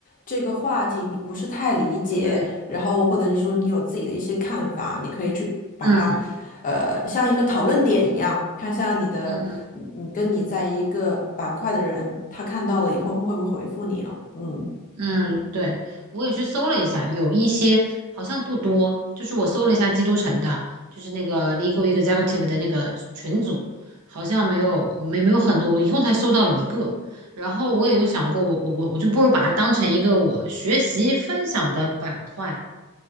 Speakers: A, on the left; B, on the right.
A: 这个话题，你不是太理解。
B: 对，
A: 然后或者是说你有自己的一些看法，你可以去把它，
B: 嗯
A: 呃，像一个讨论点一样，看一下你的，
B: 嗯
A: 你你跟你在一个板块的人，他看到了以后会会不会回复你了？嗯。
B: 嗯，对，我也去搜了一下，有一些好像不多，就是我搜了一下基督城的，就是那个 Legal Executive 的那个群组，好像没有没没有很多，我一共才搜到一个。然后我也有想过，我我我我就不如把它当成一个我学习分享的板块，